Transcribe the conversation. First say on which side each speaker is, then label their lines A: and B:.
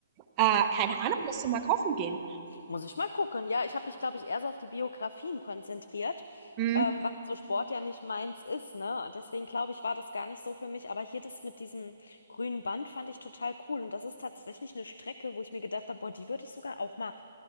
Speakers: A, on the right; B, on the left.
A: Äh, keine Ahnung, musst du mal kaufen gehen.
B: Muss ich mal gucken. Ja, ich habe mich, glaube ich, eher so auf die Biografien konzentriert,
A: Mhm.
B: ähm, weil so Sport ja nicht meins ist, ne? Und deswegen glaube ich, war das gar nicht so für mich. Aber hier das mit diesem grünen Band fand ich total cool. Und das ist tatsächlich eine Strecke, wo ich mir gedacht habe, boah, die würde ich sogar auch mal,